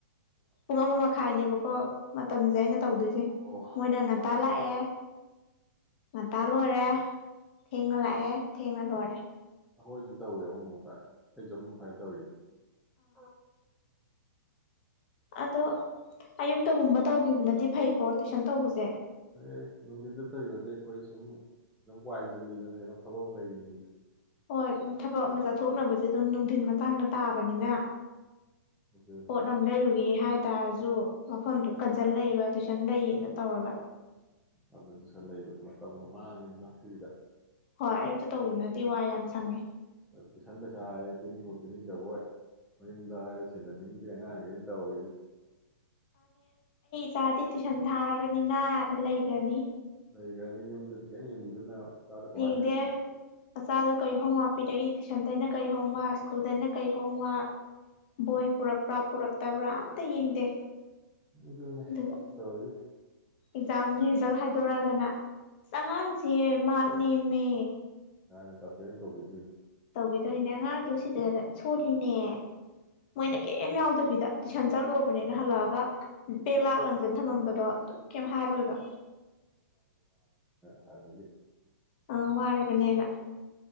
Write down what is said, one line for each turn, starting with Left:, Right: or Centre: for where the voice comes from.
Left: ꯄꯨꯡ ꯑꯃ ꯃꯈꯥꯏꯅꯦꯕꯀꯣ ꯃ ꯃꯇꯝꯖꯥꯏꯅ ꯇꯧꯗꯣꯏꯁꯦ
Centre: ꯑꯣ
Left: ꯃꯣꯏꯅ ꯉꯟꯇꯥ ꯂꯥꯛꯑꯦ ꯉꯥ ꯂꯣꯏꯔꯦ ꯊꯦꯡꯉ ꯂꯥꯛꯑꯦ ꯊꯦꯡꯃ ꯇ ꯋꯥꯔꯦ
Centre: ꯑꯩꯈꯣꯏꯁꯨ ꯇꯧꯏꯤ ꯑꯍꯨꯝ ꯃꯈꯨꯥꯏ ꯑꯩꯁꯨꯦ ꯑꯍꯨꯝ ꯃꯈꯥꯏ ꯇꯧꯔꯤꯅꯤ ꯑꯥ
Left: ꯑꯗꯣ ꯑꯌꯨꯛꯇꯒꯨꯝꯕ ꯇꯧꯈꯤꯕꯅꯗꯤ ꯐꯩꯀꯣ ꯇꯨꯏꯁꯟ ꯇꯧꯕꯁꯦ
Centre: ꯍ ꯅꯨꯡꯊꯤꯟꯗ ꯇꯔꯤꯕꯁꯦ ꯑꯩꯈꯣꯏ ꯁꯨꯝ ꯈꯤꯇꯪ ꯋꯥꯏꯁꯤꯜꯂꯤꯗꯅ ꯀꯈꯤꯩꯅꯣꯝ ꯊꯕꯛ ꯑꯃ ꯂꯩꯔꯤꯅꯤꯅ
Left: ꯍꯣꯏ ꯊꯕꯛ ꯑꯃ ꯆꯠꯊꯣꯛꯅꯕꯁꯦ ꯑꯗꯨꯝ ꯅꯨꯡꯊꯤꯤꯟ ꯃꯇꯥꯡꯗ ꯇꯥꯕꯅꯤꯅ
Centre: ꯑꯗꯨꯅꯤ
Left: ꯄꯣꯠ ꯑꯃ ꯂꯩꯔꯨꯒꯦ ꯍꯥꯏ ꯇꯔꯁꯨ ꯃꯐꯝꯗꯨ ꯀꯟꯁꯤꯜ ꯂꯩꯌꯦꯕ ꯇꯨꯏꯁꯟ ꯂꯩꯌꯦꯅ ꯇꯧꯔꯒ
Centre: ꯑꯗꯗꯤꯁꯂ ꯑꯩꯕꯃ ꯃꯇꯝꯗꯣ ꯃꯥꯡꯉꯤꯅꯤꯅ ꯐ꯭ꯔꯤꯗ
Left: ꯍꯣꯏ ꯑꯌꯨꯛꯇ ꯇꯧꯈꯤꯕꯅꯗꯤ ꯋꯥ ꯌꯥꯝ ꯁꯪꯉꯦ
Centre: ꯑꯗꯨ ꯇꯨꯏꯁꯟ ꯄꯩꯁꯥ ꯍꯥꯏꯔꯦ ꯄꯤꯅꯤꯡꯕ ꯄꯤꯅꯤꯡꯗꯕ ꯍꯣꯏ ꯃꯌꯨꯝꯗ ꯍꯥꯏꯔ ꯁꯦꯟꯅꯅꯤꯡꯗꯦ ꯑꯉꯥꯡꯈꯩ ꯇꯧꯍꯔꯤꯁꯦ
Left: ꯆꯥꯗꯤꯦ ꯇꯨꯏꯁꯟ ꯊꯥꯔꯕꯅꯤꯅ ꯂꯩ ꯂꯩꯈ꯭ꯔꯅꯤ
Centre: ꯂꯩꯈ꯭ꯔꯦꯅꯤ ꯌꯨꯝꯗꯗꯤ ꯀꯔꯤꯝ ꯌꯦꯡꯕꯤꯗꯅ ꯃꯆꯥꯗ ꯀꯃꯥꯏꯅ
Left: ꯌꯦꯡꯗꯦ
Centre: ꯍꯤꯡꯗꯣꯏꯅꯣ
Left: ꯃꯆꯥꯗꯨꯣ ꯀꯔꯤꯍꯣꯝ ꯋꯥꯞꯄꯤꯔꯛꯏ ꯇꯨꯏꯁꯟꯗꯩꯅ ꯀꯩ ꯍꯣꯝꯋꯔꯥꯛ ꯁ꯭ꯀꯨꯜꯗꯅ ꯀꯩ ꯍꯣꯝꯋꯔꯛ ꯕꯣꯏ ꯄꯨꯔꯛꯄ꯭ꯔꯥ ꯄꯨꯔꯛꯇꯕ꯭ꯔꯥ ꯑꯝꯇ ꯌꯦꯡꯗꯦ
Centre: ꯑꯗꯨꯅꯦ
Left: ꯑꯗꯨꯒ
Centre: ꯃꯣꯏ ꯇꯧꯔꯤꯁꯦ
Left: ꯑꯦꯛꯖꯥꯝꯒꯤ ꯔꯤꯖꯜ ꯍꯥꯏꯗꯣꯔꯛꯑꯒꯅ ꯑꯁ ꯑꯉꯥꯡꯁꯦ ꯃꯍꯥꯛ ꯅꯦꯝꯃꯦ
Centre: ꯅ ꯀꯝꯄ꯭ꯂꯦꯟ ꯇꯧꯕꯤꯗ꯭ꯔꯤꯕ
Left: ꯏꯩꯅ ꯑꯉꯥꯡꯗꯨ ꯁꯤꯗ ꯁꯣꯜꯂꯤꯅꯦ ꯃꯣꯏꯅ ꯀꯩꯝ ꯌꯥꯎꯗꯕꯤꯗ ꯇꯨꯏꯁꯟ ꯆꯠꯂꯨꯕꯅꯤꯅ ꯍꯜꯂꯛꯑꯒ ꯕꯦꯛ ꯂꯥꯛ ꯂꯪꯁꯤꯟ ꯊꯝꯃꯝꯕꯗꯣ ꯑꯗꯨ ꯀꯩꯝ ꯍꯥꯏꯔꯣꯏꯕ
Centre: ꯍꯥꯏ ꯑꯗꯨꯗꯤ
Left: ꯑ ꯋꯥꯔꯕꯟꯅꯅ